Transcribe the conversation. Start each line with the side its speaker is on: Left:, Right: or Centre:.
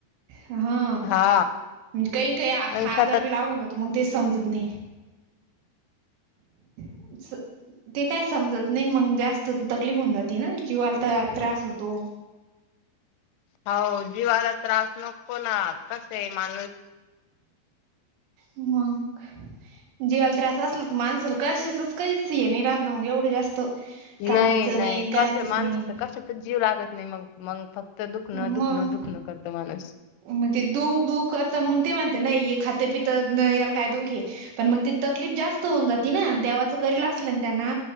Right: हा
Left: हा
Right: काही काही
Left: अंशातच
Right: आजार बी लागून त मग ते समजत नाही. <unintelligible> ते काय समजत नाही मग जास्त तकलीफ होऊन जाते ना किवाला तर त्रास होतो.
Left: हो जीवाला त्रास नको ना कस आहे माणूस
Right: मग जीवाला त्रास असला तर माणसाला कशाचच काहीच ये नाही राह ना मग एवढं जास्त कामाचं
Left: नाही नाही
Right: कायचच
Left: कस माणसाच
Right: नाही
Left: कशा तच जीव लागत नाही मग मंग फक्त दुखणं
Right: मग
Left: दुखणं दुखणं करतं मानी माणूस
Right: मग ते दुख दुख करत मग ते म्हणते नाही हे खातं पित याला काय दुख हे. पण मग ती तकलीफ जास्त होऊन जाते ना देवाचं करेल असलं ना त्यांना